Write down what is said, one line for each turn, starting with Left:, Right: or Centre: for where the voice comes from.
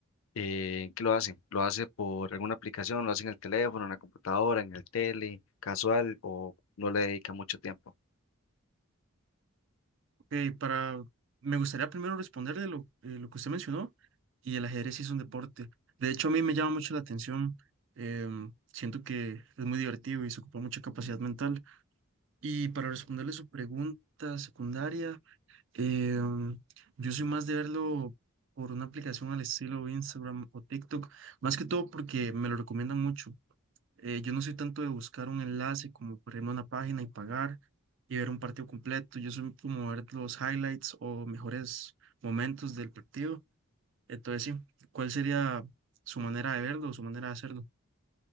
Left: eh, qué lo hace? ¿Lo hace por alguna aplicación? ¿Lo hace en el teléfono, en la computadora, en el tele, casual o no le dedica mucho tiempo?
Right: Ok, para, me gustaría primero responderle lo, eh, lo que usted mencionó, y el ajedrez sí es un deporte. De hecho, a mí me llama mucho la atención. em, siento que es muy divertido y se ocupa mucha capacidad mental. Y para responderle su pregunta secundaria, Em, yo soy más de verlo por una aplicación al estilo Instagram o TikTok, más que todo porque me lo recomiendan mucho. Eh, yo no soy tanto de buscar un enlace como por irme a una página y pagar y ver un partido completo. Yo soy como ver los highlights o mejores momentos del partido. Entonces, sí, ¿cuál sería su manera de verlo o su manera de hacerlo?